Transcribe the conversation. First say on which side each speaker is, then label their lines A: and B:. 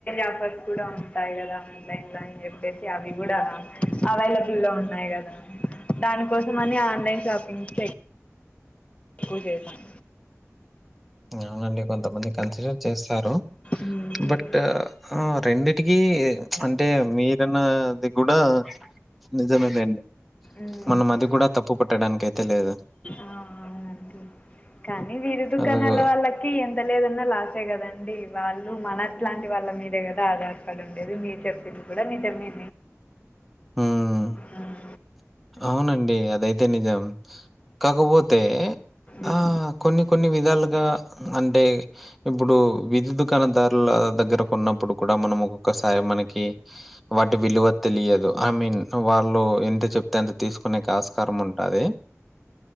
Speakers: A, on the left; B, in the centre.
A: ఆఫర్స్ కూడా ఉంటాయి కదా ఆన్లైన్ లో అని చెప్పేసి అవి కూడా అవైలబుల్ లో ఉన్నాయి. కదా దానికోసం అని ఆన్లైన్ షాపింగ్ చెయ. ఓ చేస్తాం
B: అవునండి కొంతమంది కన్సిడర్ చేస్తారు
A: ఉమ్,
B: బట్ రెండిటికి. అంటే మీరన్నది కూడా నిజమేదండి.
A: ఉమ్.
B: మనం అది కూడా తప్పు పట్టడానికయితే లేదు.
A: ఆ అవునండి కానీ వీరి దుకాణాల
B: అదొక
A: వాళ్ళకి లేదన్నా లాసే కదండి వాళ్ళు మన అట్లాంటి వాళ్ళ మీదే కదా ఆధారపడి ఉండేది మీరు చెప్పేది అది కూడా నిజమే
B: హ్మ్.
A: హ్మ్.
B: అవునండి అదైతే నిజం కాకపోతే
A: ఉమ్.
B: ఆ కొన్ని కొన్ని విధాలుగ అంటే ఇప్పుడు విధి దుకాణదారుల దగ్గరకు ఉన్నప్పుడు కూడ మనం ఒక్క ఒక్కసారి మనకి వాటి విలువ తెలియదు ఐ మీన్ వాళ్ళు ఎంత చె అంత తీసుకునేకి ఆస్కారం ఉంటాది.